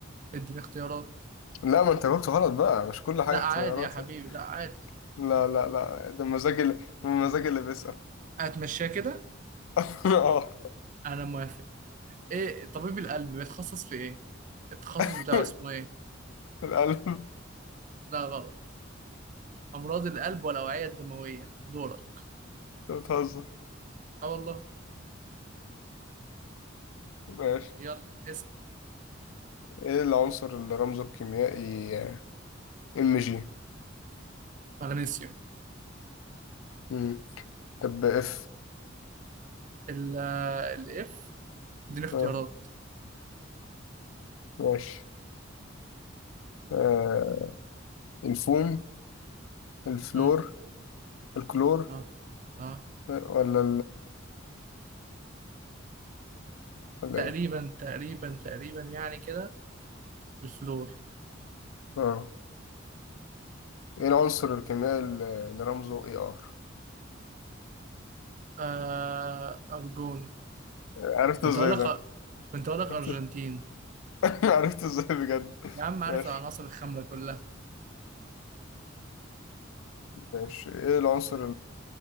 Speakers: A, on the right (about 40°); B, on the left (about 85°).
A: اديني اختيارات
B: لا ما انت جاوبت غلط بقى مش كل حاجة
A: لا عادي
B: اختيارات
A: يا حبيبي
B: يعني
A: لا عادي
B: لا لا لا ده مزاج اللي مزاج اللي بيسأل
A: هتمشيها كده
B: <laughs> اه
A: انا موافق ايه طبيب القلب بيتخصص في ايه التخصص
B: <laughs>
A: بتاعه اسمه ايه
B: القلب
A: لا غلط امراض القلب والاوعية الدموية دورك
B: انت بتهزر
A: اه والله
B: ماشي
A: يلا اسأل
B: ايه العنصر اللي رمزه الكيميائي ام جي
A: مغنيسيوم
B: مم. طب اف
A: ال الاف اديني اختيارات
B: اه ماشي آه. الفوم الفلور
A: مم.
B: الكلور
A: اه اه
B: آه، ولا ولا
A: تقريبا
B: ايه؟
A: تقريبا تقريبا يعني كده الفلور
B: اه ايه العنصر الكيميائي اللي اللي رمزه اي ار؟
A: آه ارجون
B: عرفته
A: كنت
B: ازاي
A: اقول لك
B: ده؟
A: كنت اقول لك ارجنتين
B: عرفته <laughs> عرفته ازاي بجد؟
A: يا عم عارف
B: ماشي
A: العناصر الخاملة كلها
B: ماشي ايه العنصر